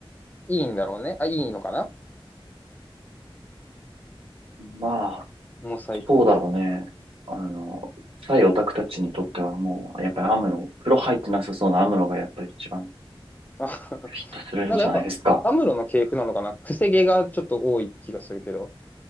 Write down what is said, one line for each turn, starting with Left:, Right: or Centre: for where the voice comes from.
Left: いいんだろうね。あ、いいのかな
Right: まあ、
Left: モサイ感じが。
Right: そうだろうね。あの、サイオタクたちにとってはもう、やっぱりアムロ、
Left: うん。
Right: 風呂入ってなさそうなアムロがやっぱり一番
Left: <laughs>
Right: ピッとするんじゃないですか。
Left: なんかやっぱ、アムロの系譜なのかな癖毛がちょっと多い気がするけど。